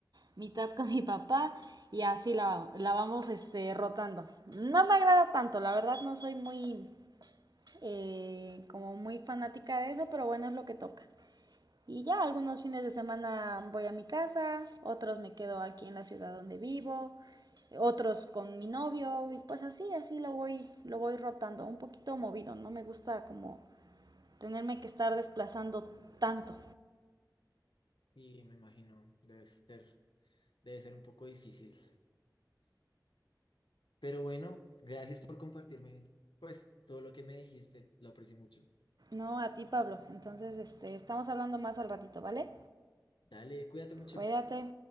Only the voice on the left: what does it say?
y me imagino, debe ser Debe ser un poco difícil. Pero bueno, gracias por compartirme, pues, todo lo que me dijiste. Lo aprecio mucho.
Dale, cuídate mucho.